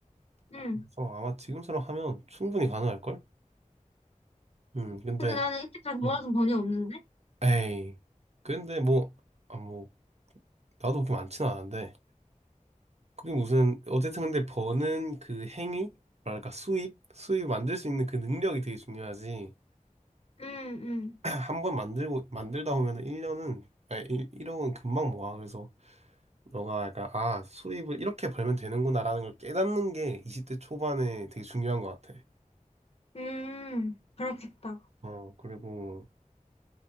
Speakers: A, on the right; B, on the left.
A: 그래서
B: 응.
A: 아마 지금처럼 하면 충분히 가능할걸? 음, 근데,
B: 근데 나는 이때까지 모아둔
A: 어,
B: 돈이 없는데?
A: 에이. 근데 뭐, 아, 뭐, 나도 그렇게 많지는 않은데, 그게 무슨, 어쨌든 근데 버는 그 행위? 뭐랄까, 수입? 수입 만들 수 있는 그 능력이 되게 중요하지.
B: 응, 응.
A: 한 번 만들고 만들다 보면은 1년은 아니 1억은 금방 모아. 그래서 너가 약간 아, 수입을 이렇게 벌면 되는구나라는 걸 깨닫는 게 20대 초반에 되게 중요한 것 같아.
B: 음, 그렇겠다.
A: 어, 그리고